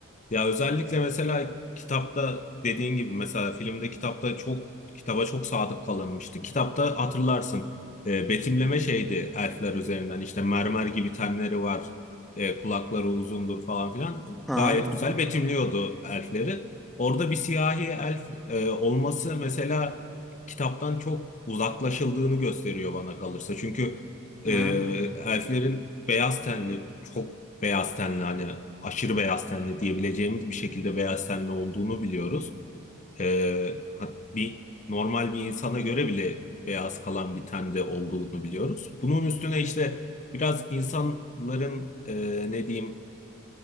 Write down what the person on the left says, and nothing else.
Ya özellikle mesela kitapta dediğin gibi mesela filmde kitapta çok kitaba çok sadık kalınmıştı. Kitapta hatırlarsın e, betimleme şeydi elfler üzerinden işte mermer gibi tenleri var e, kulakları uzundur falan filan
gayet
güzel betimliyordu elfleri. Orada bir siyahi elf e, olması mesela kitaptan çok uzaklaşıldığını gösteriyor bana kalırsa. Çünkü e,
elflerin beyaz tenli çok beyaz tenli hani aşırı beyaz tenli diyebileceğimiz bir şekilde beyaz tenli olduğunu biliyoruz. Ee, hat- bir normal bir insana göre bile beyaz kalan bir tende olduğunu biliyoruz. Bunun üstüne işte biraz insanların e, ne diyeyim